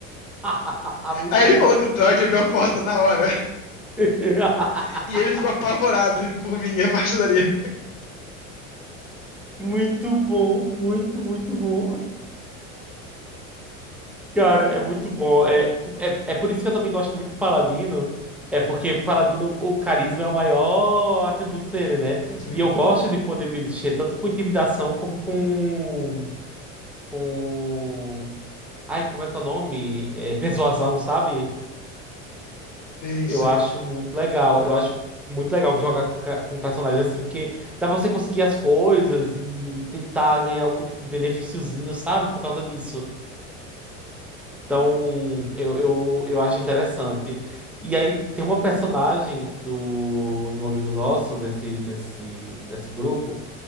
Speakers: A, in the centre; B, on the left (about 75°).
A: <laughs> Muito
B: Aí ele
A: bom.
B: falou que o droid abriu a porta na hora
A: <laughs>
B: <laughs> e ele ficou apavorado por mim <laughs> a partir dali.
A: Muito bom, muito, muito bom. Cara, é muito bom. É, é, é por isso que eu também gosto muito de Paladino. É porque Paladino, o carisma é o maior atributo dele, né?
B: Sim,
A: E eu gosto de poder me mexer tanto com intimidação como com. Com. Ai, como é que é o nome? É, persuasão, sabe?
B: sim,
A: Eu
B: sim.
A: acho muito legal. Eu acho muito legal jogar com, ca- com personagem assim, porque dá pra você conseguir as coisas e tentar ganhar algum tipo de benefíciozinho, sabe? Por causa disso. Então, eu, eu, eu acho interessante. E aí tem uma personagem do, de um amigo nosso, desse, desse, desse grupo,